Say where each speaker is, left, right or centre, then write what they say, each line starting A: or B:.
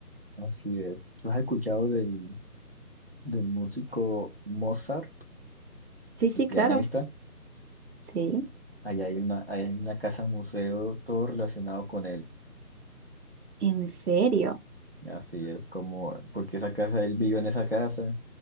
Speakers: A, on the right (about 40°); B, on the right (about 70°).
A: Así es. ¿Tú has escuchado del, del músico Mozart,
B: Sí, sí,
A: el pianista?
B: claro. Sí,
A: Allá hay una, hay una casa museo, todo relacionado con él.
B: en serio.
A: Así es como, porque esa casa, él vivió en esa casa,